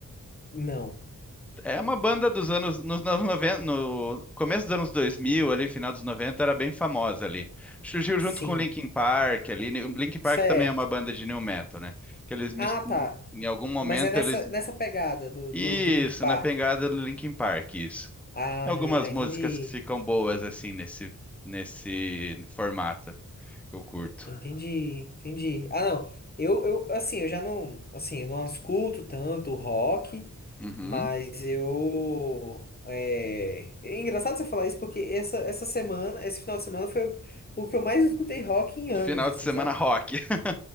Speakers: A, on the left; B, in the centre.
A: Não.
B: É uma banda dos anos, nos anos 90, no começo dos anos 2000, ali, final dos 90, era bem famosa ali. Surgiu junto
A: Sim.
B: com Linkin Park ali. Ni- Linkin Park
A: Certo.
B: também é uma banda de new metal, né? Que eles mis-
A: Ah, tá.
B: né, em algum momento
A: Mas é nessa,
B: eles
A: nessa pegada do,
B: isso,
A: do, do Linkin Park.
B: na pegada do Linkin Park, isso.
A: Ah,
B: Tem algumas músicas
A: entendi.
B: que ficam boas assim nesse nesse formato que eu curto.
A: Entendi, entendi. Ah, não. Eu, eu, assim, eu já não, assim, eu não escuto tanto rock,
B: Uhum.
A: mas eu, é... é engraçado você falar isso porque essa, essa semana, esse final de semana foi o, o que eu mais escutei rock em
B: O
A: anos,
B: final
A: assim,
B: de semana
A: sabe?
B: rock. <laughs>